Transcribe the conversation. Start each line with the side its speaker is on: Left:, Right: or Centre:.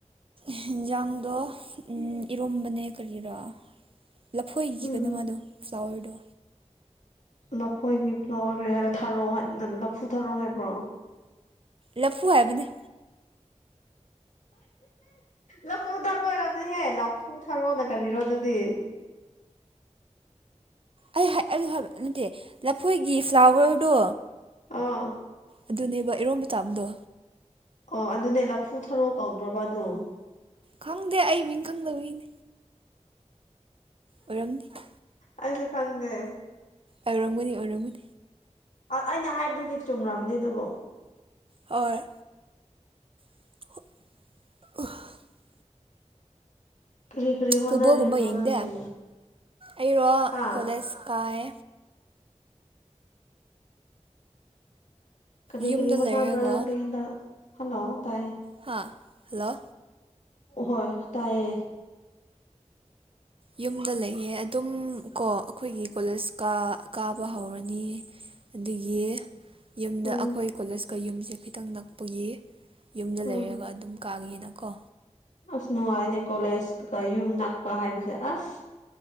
Right: ꯌꯦꯟꯖꯥꯡꯗꯣ ꯏꯔꯣꯝꯕꯅꯦ ꯀꯔꯤꯔꯥ ꯂꯐꯣꯏꯒꯤ
Left: ꯎꯝ
Right: ꯀꯩꯅꯣꯃꯗꯣ ꯐ꯭ꯂꯥꯋꯔꯗꯣ
Left: ꯂꯐꯣꯏꯒꯤ ꯐ꯭ꯂꯥꯋꯔ ꯍꯥꯏꯔ ꯊꯥꯔꯣ ꯂꯐꯨ ꯊꯥꯔꯣ ꯍꯥꯏꯕ꯭ꯔꯣ
Right: ꯂꯐꯨ ꯍꯥꯏꯕꯅꯦ
Left: ꯂꯐꯨ ꯊꯥꯔꯣ ꯑꯣꯏꯔꯝꯅꯤꯍꯦ ꯂꯐꯨ ꯊꯥꯔꯣꯅ ꯀꯔꯤꯔꯣ ꯑꯗꯨꯗꯤ
Right: ꯑꯩ ꯍꯥꯏꯕ ꯅꯠꯇꯦ ꯂꯐꯣꯏꯒꯤ ꯐ꯭ꯂꯥꯋꯔꯗꯣ
Left: ꯑꯥ
Right: ꯑꯗꯨꯅꯦꯕ ꯏꯔꯣꯝ ꯆꯥꯕꯗꯣ
Left: ꯑꯣ ꯑꯗꯨꯅꯦ ꯂꯐꯨ ꯊꯔꯣ ꯀꯧꯗ꯭ꯔꯣꯕ ꯑꯗꯨ
Right: ꯈꯪꯗꯦ ꯑꯩ ꯃꯤꯡ ꯈꯪꯗꯕꯒꯤꯅꯦ ꯑꯣꯏꯔꯝꯅꯤ
Left: ꯑꯩꯁꯨ ꯈꯪꯗꯦ
Right: ꯑꯣꯏꯔꯝꯒꯅꯤ ꯑꯣꯏꯔꯝꯒꯅꯤ
Left: ꯑ ꯑꯩꯅ ꯍꯥꯏꯕꯗꯨꯗꯤ ꯆꯨꯝꯔꯝꯅꯤ ꯑꯗꯨꯕꯨ
Right: ꯍꯣꯏ <unintelligible>
Left: ꯀꯔꯤ ꯀꯔꯤ ꯍꯣꯠꯅꯔꯤꯕ꯭ꯔꯣ
Right: ꯐꯨꯠꯕꯣꯜꯒꯨꯝꯕ ꯌꯦꯡꯗꯦ
Left: ꯅꯪꯗꯤ
Right: ꯑꯩꯔꯣ
Left: ꯍꯥ
Right: ꯀꯣꯂꯦꯖ ꯀꯥꯏ
Left: ꯀꯔꯤ
Right: ꯌꯨꯝꯗ
Left: ꯀꯔꯤ ꯍꯣꯠꯅꯕ꯭ꯔ
Right: ꯂꯩꯔꯒ
Left: ꯅꯪꯗꯤ ꯍꯟꯗꯛ ꯍꯜꯂꯣ ꯇꯥꯏꯌꯦ
Right: ꯍꯥ ꯍꯜꯂꯣ
Left: ꯍꯣꯏ ꯇꯥꯏꯌꯦ
Right: ꯌꯨꯝꯗ ꯂꯩꯌꯦ ꯑꯗꯨꯝ ꯀꯣ ꯑꯈꯣꯏꯒꯤ ꯀꯣꯂꯦꯖ ꯀ ꯀꯥꯕ ꯍꯧꯔꯅꯤ ꯑꯗꯒꯤ ꯌꯨꯝꯗ
Left: ꯎꯝ
Right: ꯑꯈꯣꯏ ꯀꯣꯂꯦꯖꯀ ꯌꯨꯝꯁꯦ ꯈꯤꯇꯪ ꯅꯛꯄꯒꯤ ꯌꯨꯝꯗ
Left: ꯎꯝ
Right: ꯂꯩꯔꯒ ꯑꯗꯨꯝ ꯀꯥꯒꯤꯅꯀꯣ
Left: ꯑꯁ ꯅꯨꯡꯉꯥꯏꯅꯦ ꯀꯣꯂꯦꯖꯀ ꯌꯨꯝ ꯅꯛꯄ ꯍꯥꯏꯕꯁꯦ ꯑꯁ